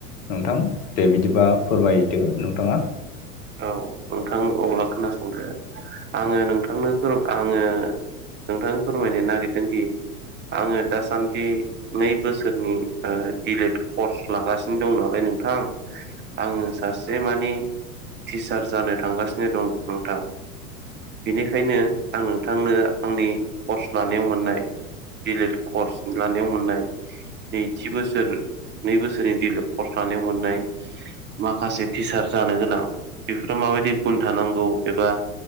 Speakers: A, on the left; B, on the right.
A: नोंथां दे बिदिबा फोरमायदो नोंथाङा
B: औ नोंथां अब्ला खोनासंदो आङो नोंथांनो आङो नोंथां फोरमायनो नागिरदों दि आङो दासान्दि नै बोसोरनि दिलाइड कर्स लागासिनो दं नालाय नोंथां आङो सासे मानि टिचार जानो थांगासिनो दं नोंथां बेनिखायनो आं नोंथांनो आंनि कर्स लानायाव मोननाय दिलाइद कर्स लानायाव मोननाय नैथि बोसोर नै बोसोरनि दिलाइद कर्स लानायाव मोननाय माखासे टिचार जानो गोनां बेफोराव माबायदि गुन थानांगौ एबा